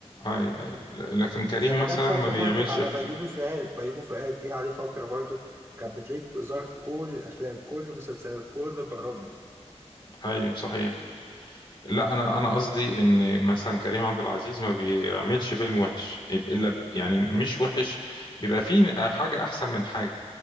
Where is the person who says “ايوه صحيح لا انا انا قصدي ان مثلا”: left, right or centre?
Left